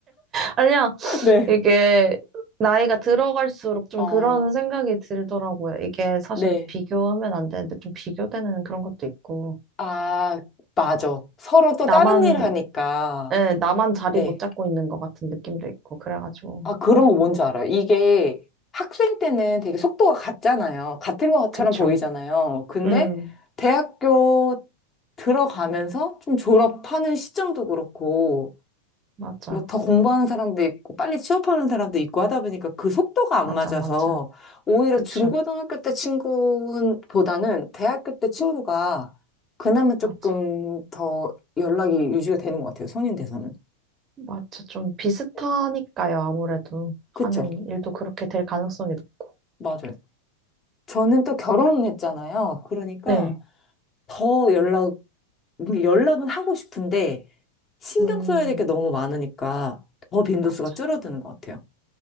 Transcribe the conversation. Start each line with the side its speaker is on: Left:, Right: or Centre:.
Right: 아니
Left: 네.
Right: 이게 나이가 들어갈수록 좀
Left: 아
Right: 그런 생각이 들더라고요. 이게 사실
Left: 네.
Right: 비교하면 안 되는데 좀 비교되는 그런 것도 있고,
Left: 아, 맞아. 서로 또
Right: 나만,
Left: 다른 일 하니까.
Right: 예, 나만 자리
Left: 네.
Right: 못 잡고 있는 것 같은 느낌도 있고, 그래가지고.
Left: 아, 그런 거 뭔지 알아요. 이게 학생 때는 되게 속도가 같잖아요. 같은 것처럼
Right: 그쵸.
Left: 보이잖아요. 근데
Right: 음,
Left: 대학교 들어가면서 좀 졸업하는 시점도 그렇고,
Right: 맞아.
Left: 뭐 더 공부하는 사람도 있고 빨리 취업하는 사람도 있고 하다 보니까 그 속도가 안
Right: 맞아,
Left: 맞아서
Right: 맞아.
Left: 오히려
Right: 그쵸.
Left: 중고등학교 때 친구보다는 대학교 때 친구가 그나마 조금
Right: 맞아.
Left: 더 연락이 유지가 되는 것 같아요. 성인 돼서는.
Right: 맞아. 좀 비슷하니까요,
Left: 네.
Right: 아무래도.
Left: 그쵸?
Right: 하는 일도 그렇게 될 가능성이 높고.
Left: 맞아요. 저는 또 결혼했잖아요.
Right: 그-
Left: 그러니까
Right: 네.
Left: 더 연락, 연락은 하고 싶은데 신경
Right: 음,
Left: 써야 될 게 너무 많으니까 더 빈도수가
Right: 맞아.
Left: 줄어드는 것 같아요.